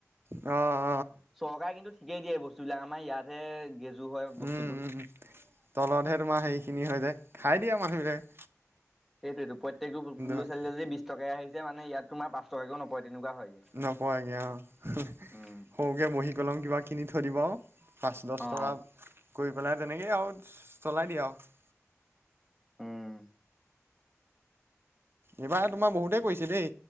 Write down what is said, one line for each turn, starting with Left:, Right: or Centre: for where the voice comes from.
Right: অহ।
Centre: চৰকাৰে কিন্তু ঠিকেই দিয়ে বস্তুবিলাক আমাৰ ইয়াতহে হয় বস্তুটো
Right: উম-উম-উম তলতহে তোমাৰ সেই খিনি হৈ যায়। খাই দিয়ে মানুহ বিলাকে।
Centre: সেইটোয়েতো প্ৰত্যেকটো ল'ৰা-ছোৱালী
Right: হয়
Centre: যদি বিশ টকা আহিছে মানে ইয়াত তোমাৰ পাঁচ টকাকেও নপৰে। তেনেকুৱা হয়গে
Right: নোকোৱাগে অ' সৰুকে
Centre: উম
Right: বহী, কলম কিবা কিনি থৈ দিব। পাঁচ দহ
Centre: অ
Right: টকা কৰি পেলাই তেনেকেই আৰু চলাই দিয়ে আৰু
Centre: উম
Right: এইবাৰ তোমাৰ বহুতেই কৰিছে দেই,